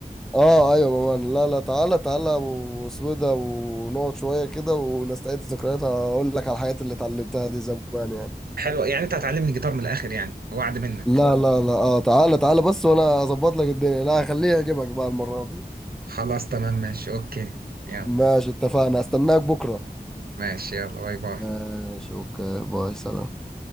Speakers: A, in the centre; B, on the right.
A: اه ايوه يا مان لا لا تعالى تعالى واسمه إيه ده ونقعد شويه كده ونستعيد الذكريات اقول لك على الحاجات اللي اتعلمتها دي زمان يعني
B: حلو يعني انت هتعلمني جيتار من الاخر يعني وعد منك
A: لا لا لا اه تعالى تعالى بس وانا اظبط لك الدنيا لا خليها اجيبك بقى المره دي
B: خلاص تمام ماشي اوكي يلا
A: ماشي اتفقنا استناك بكره
B: ماشي يلا باي باي
A: ماشي اوكي باي سلام